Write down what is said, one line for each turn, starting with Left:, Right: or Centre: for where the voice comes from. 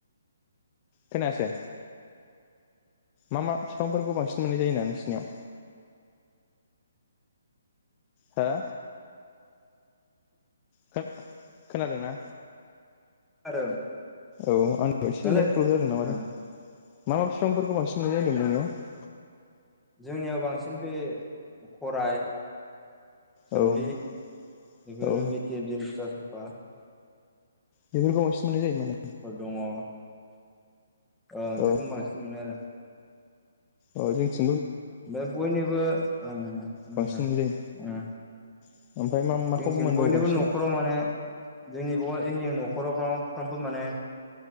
Left: खोनायासै मा मा फिफांफोरखौ बांसिन मोननाय जायोहोनदां नोंसिनियाव? हो? खो खोनादोंना?
Centre: आरो
Left: औ आंनियाव एसे
Centre: नोंलाय
Left: नेट प्रब्लेम जादों नामाथाय?
Centre: ओ
Left: मा मा फिफांफोरखौ बांसिन नुनाय जायो होनदोंमोलाय नोंनियाव?
Centre: जोंनियाव बांसिन बे खराय सोमलि
Left: नोंनियाव
Centre: बेफोर
Left: औ
Centre: मिखिर दिम बा
Left: बेफोरखौ बांसिन मोननाय जायोमोन
Centre: दङ औ बिफोरखौ
Left: औ
Centre: बांसिन मोनो आरो
Left: औ जोंनिथिं
Centre: बे बयनिबो उम उम
Left: बांसिन
Centre: उम
Left: मोननाय जायो ओमफ्राय मा माखौ
Centre: जोंनिथिं
Left: मोनबावो
Centre: बयनिबो
Left: बांसिन
Centre: न'खराव माने जोंनि जोंनि न'खरावफ्राव फफ्रामबो माने